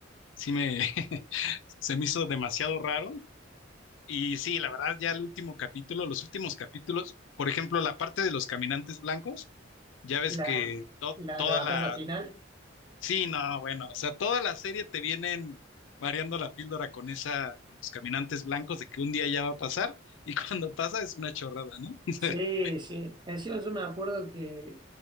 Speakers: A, on the left; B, on the right.
A: sí me, <laughs> se me hizo demasiado raro. Y sí, la verdad, ya el último capítulo, los últimos capítulos, por ejemplo, la parte de los caminantes blancos, ya ves
B: La,
A: que to-
B: la,
A: toda
B: la batalla
A: la,
B: final.
A: Sí, no, bueno, o sea, toda la serie te vienen mareando la píldora con esa, con los caminantes blancos de que un día ya va a pasar y <laughs> cuando pasa es una chorrada, ¿no? <laughs>
B: Sí, sí. Encima yo me acuerdo que